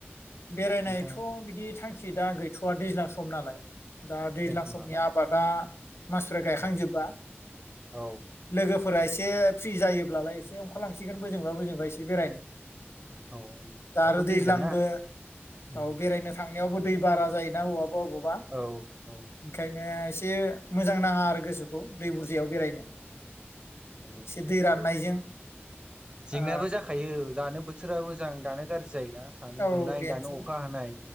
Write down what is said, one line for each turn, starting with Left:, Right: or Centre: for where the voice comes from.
Left: बेरायनायथ'
Right: नोंथाङा
Left: बिदि थांखि दा गैथ'वा दैज्लां सम नालाय दा दैज्लां
Right: सम
Left: समनि
Right: नालाय
Left: आबादा मानसिफ्रा गायखांजोबबा
Right: औ औ
Left: लोगोफ आ एसे फ्रि जायोब्लालाय एसे ओंखारलांसिगोन बोजोंबा बोजोंबा एसे बेरायनो
Right: औ
Left: दा
Right: दाथ'
Left: आरो
Right: दैज्लां
Left: दैज्लांबो
Right: ना उम
Left: औ बेरायनो थांनायावबो दै बारा जायोना बबबा बबावबा
Right: औ औ
Left: ओंखायनोसे ए मोजां नाङा आरो गोसोखौ दै बुरजायाव बेरायनो
Right: <unintelligible>
Left: एसे दै राननायजों
Right: जेंनायाबो
Left: ओ
Right: जाखायो दानो थोरा मोजां दानो गाज्रि जायोना सानो
Left: औ
Right: दुंनाय
Left: बेनोसै
Right: दानो अखा हानाय